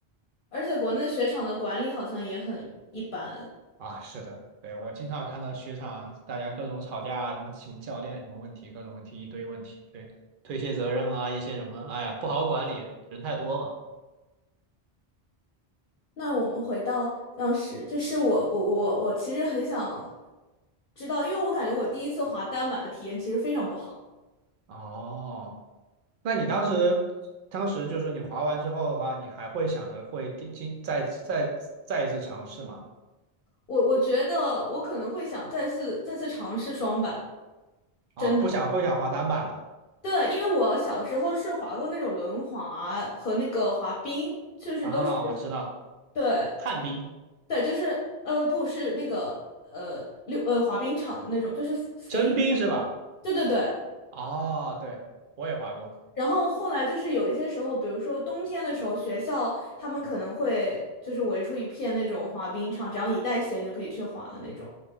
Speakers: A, on the left; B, on the right.
A: 而且国内雪场的管理好像也很一般。
B: 啊，是的，对，我经常有看到雪场大家各种吵架啊，什么什么教练什么问题，各种问题一堆问题，对，推卸责任啊，一些什么，哎呀，不好管理，人太多嘛。
A: 那我们回到当时，就是我我我我其实很想知道，因为我感觉我第一次滑单板的体验其实非常不好。
B: 哦，那你当时，当时就是你滑完之后的话，你还会想着会第今再再再一次尝试吗？
A: 我我觉得我可能会想再次再次尝试双板，
B: 啊，
A: 真的。
B: 不想不想滑单板了
A: 对，因为我小时候是滑过那种轮滑和那个滑冰，就是都是
B: 啊，我知道，
A: 对
B: 旱冰、
A: 对，就是呃不是那个呃溜呃滑冰场的那种，就是 s
B: 真冰是吧？
A: k a t e 对对对，
B: 哦，对，我也滑过。
A: 然后后来就是有一些时候，比如说冬天的时候，学校他们可能会就是围出一片那种滑冰场，只要你带鞋，你就可以去滑的那种。